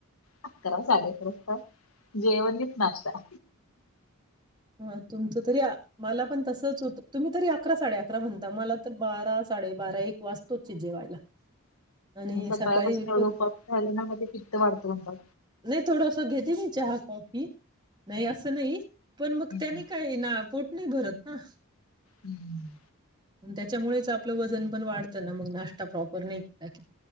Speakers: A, on the left; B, on the right.
A: अकरा साडे अकराता जेवण येत ना अा
B: हा तुमचं या मला पण तसच होत तुम्ही तरी अकरा साडे अकरा म्हणता मला तर बारा साडेबारा एक वाजतोच जेवायला. आणि
A: सकाळपासून
B: सकाळी
A: एवढं
B: मग
A: उपाशी राहिले ना मग ते पित्त वाढत नता
B: नाही थोडंसं घेते मी चहा कॉफी. नाही असं नाही. मग त्यानी
A: हम्म.
B: काही ना. पोट नाही भरत ना.
A: हम्म.
B: त्याच्यामुळेच आपलं वजन पण वाढतं, ना मग नाश्ता प्रॉपर नाही केला की.